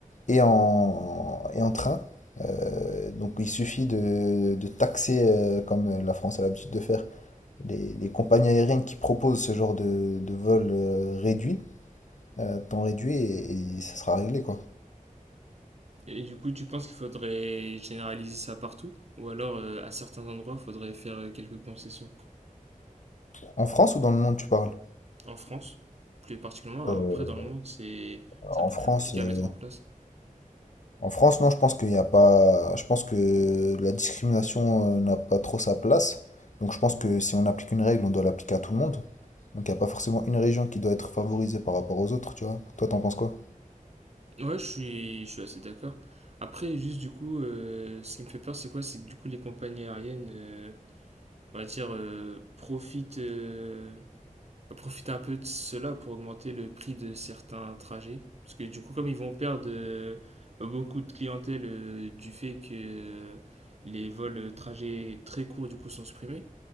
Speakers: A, on the left; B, on the right.
A: et en, et en train. Euh, donc il suffit de, de taxer, euh, comme la France a l'habitude de faire, les, les compagnies aériennes qui proposent ce genre de, de vol euh, réduit, euh, temps réduit, et, et ça sera réglé, quoi.
B: Et du coup, tu penses qu'il faudrait généraliser ça partout? Ou alors, euh, à certains endroits, il faudrait faire euh, quelques concessions?
A: En France ou dans le monde, tu parles?
B: En France, plus particulièrement, après
A: Euh,
B: dans le monde, c'est c'est
A: en
B: un peu
A: France,
B: plus compliqué
A: euh,
B: à mettre en place.
A: en France, non, je pense qu'il n'y a pas, je pense que la discrimination euh, n'a pas trop sa place. Donc, je pense que si on applique une règle, on doit l'appliquer à tout le monde. Donc, il n'y a pas forcément une région qui doit être favorisée par rapport aux autres, tu vois. Toi, t'en penses quoi?
B: Ouais, je suis, je suis assez d'accord. Après, juste du coup, euh, ce qui me fait peur, c'est quoi? C'est que du coup, les compagnies aériennes, euh, on va dire, euh, profitent, euh, profiter un peu de cela pour augmenter le prix de certains trajets. Parce que du coup, comme ils vont perdre euh, bah, beaucoup de clientèle euh, du fait que euh, les vols euh, trajets très courts du coup sont supprimés,